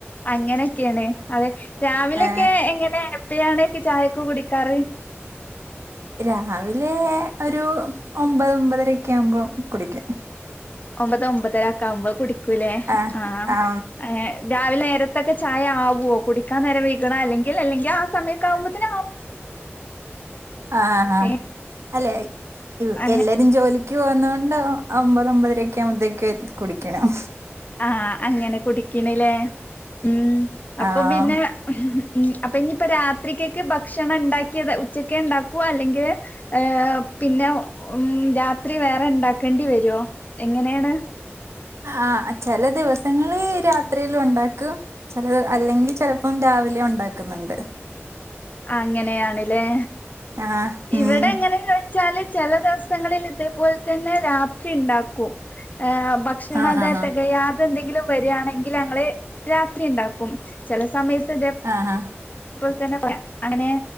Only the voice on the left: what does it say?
അങ്ങനൊക്കെയാണ് അതെ രാവിലെക്കെ
എങ്ങനെ പിയാണേക്ക് ചായൊക്ക് കുടിക്കാറ്
ഒമ്പത് ഒമ്പതരക്കാവുമ്പോ കുടിക്കൂലേ
ആഹ്
ഏഹ് രാവിലെ നേര അത്തൊക്കെ ചായ ആവോ കുടിക്കാൻ നേര വൈക്ക്ണ അല്ലെങ്കിൽ അല്ലെങ്കി ആഹ് സമയൊക്കെ ആവുമ്പോത്തേനാവു
ഏഹ്
അങ്ങ
ആഹ് അങ്ങനെ കുടിക്കണിലേ ഉം അപ്പം
പിന്നെ ഇഞ്ഞ് അപ്പൊ ഇനിപ്പോ രാത്രിയ്ക്കെക്കെ ഭക്ഷണണ്ടാക്കിത് ഉച്ചക്കെ ഉണ്ടാക്കുവോ അല്ലെങ്കിൽ ഏയ് പിന്നെ ഉം രാത്രി വേറെ ഇണ്ടാക്കേണ്ടി വെരോ എങ്ങനെണ്
അങ്ങനെയാണ്ലേ
ഇവിടെ ഇങ്ങനെ യ് ച്ചാല് ചെല ദിവസങ്ങളില് ഇതേപോലെ തന്നെ രാത്രി ണ്ടാക്കും ഏഹ് ഭ ക്ഷെണ
ദെ
തെകയാ ഇതെന്തെങ്കിലും വരാണെങ്കില് ങ്ങള് രാത്രി ഇണ്ടാക്കും ചെല സമയത്ത് ഇതേ
ഇപ്പോൾ തന്നെ അങ്ങനെ